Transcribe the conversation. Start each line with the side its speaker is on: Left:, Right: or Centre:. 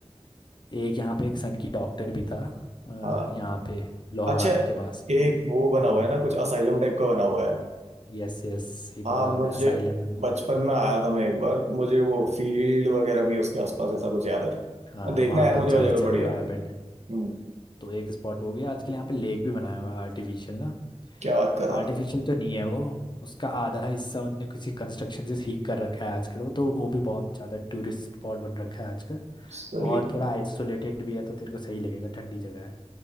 Left: एक यहाँ पे एक सन की डॉक्टर भी था अ,
Right: हाँ
Left: यहाँ पे लोहाघाट
Right: अच्छा
Left: के पास
Right: एक
Left: तो हम्म
Right: वो बना हुआ है ना कुछ असाइलम टाइप का बना हुआ है
Left: यस यस सही
Right: हाँ
Left: पकड़ा आपने
Right: मुझे
Left: असाइलम है वहाँ
Right: बचपन
Left: पे
Right: में आया था मैं एक बार मुझे वो फील्ड वगैरह भी उसके आसपास ऐसा कुछ याद है
Left: हाँ
Right: देखना
Left: वहाँ
Right: यार
Left: पे
Right: मुझे
Left: चर्च
Right: वो जगह बढ़िया
Left: है पूरा
Right: है
Left: अबेंडन
Right: हम्म
Left: तो एक स्पॉट हो गया आजकल यहाँ पे लेक भी बनाया हुआ है आर्टिफिशियल ना
Right: क्या बात कर रहा
Left: आर्टिफिशियल तो नहीं है वो उसका आधा हिस्सा उनने किसी कंस्ट्रक्शन से ठीक कर रखा है आजकल वो तो वो भी बहुत ज़्यादा टूरिस्ट स्पॉट बन रखा है आजकल
Right: सही
Left: और थोड़ा आइसोलेटेड भी है तो तेरे को सही लगेगा ठंडी जगह है